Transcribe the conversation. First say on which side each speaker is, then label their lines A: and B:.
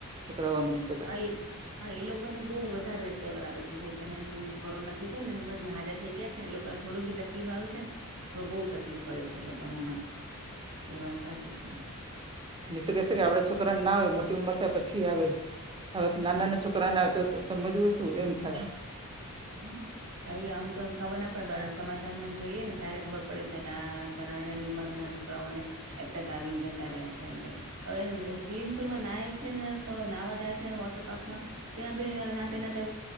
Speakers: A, on the right; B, on the right.
A: છોકરાઓને બધા
B: અઇલ હા એ લોકોને બહુ વધારે કેવરાવે છે જે પેલા કોરોના થયું હતું ને પછી હાજર થઈ ગયા. લોકોને થોડું બી તકલીફ આવે છે ને તો બહુ તકલીફ પડે છે લોકોને હમણાં એ વાત સાચી છે.
A: નિ તો કેશે કે આવડા છોકરા ના આવે મોટી ઉંમર થાય પછી આવે હ તો નાના નાના છોકરા છોકરા ના આવે તો સમજવું શું એમ થાય
B: હમ ત આમ તો ખબર ના પડે પણ આ સમાચારમાં જોઈએ ને ત્યારે ખબર પડીે કે આ નાની નાની ઉંમર ના છોકરાઓને એટક આવીને જતા રહ્યા છે એમ હવે સ્વિમિંગ પુલમાં નાય છે ને તો નાહવા જાય છે વોટર પાર્કમાં ત્યાં ભી નાતે નાતે